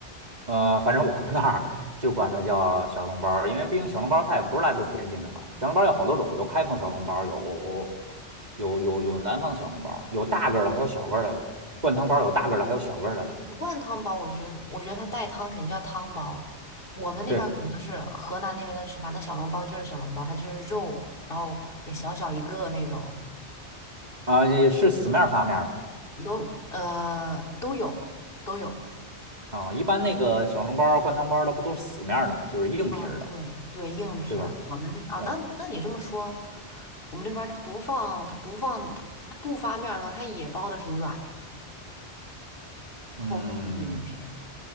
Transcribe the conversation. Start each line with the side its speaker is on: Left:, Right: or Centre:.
Right: 呃，反正我们那儿就管它叫小笼包儿因为毕竟小笼包儿它也不是来自天津的嘛。小笼包儿有好多种，有开封小笼包儿有有有有南方的小笼包儿有大个儿的，
Left: 哦，
Right: 还有小个儿的了。灌汤包儿有大个儿的，
Left: 汤包，
Right: 还有小个儿的了。
Left: 灌汤包，我就觉得，我觉得它带汤肯定叫汤包。我们那边儿可能就是河南那边的吃法，
Right: 对
Left: 那小笼包就是小笼包，它就是肉，然后也小小一个那种，
Right: 啊，也是死面儿发面儿
Left: 都呃都有都有。
Right: 的啊。一般那个小笼包儿灌汤包儿的不都是死面儿的嘛，就是硬皮儿的，
Left: 嗯，对对，硬皮儿。
Right: 对吧？
Left: 我们那啊，
Right: 对，
Left: 那那你这么说，我们那边儿它不放，它不放，它它不发面儿的话，它也包的挺软的，厚厚的那种皮儿。
Right: 嗯。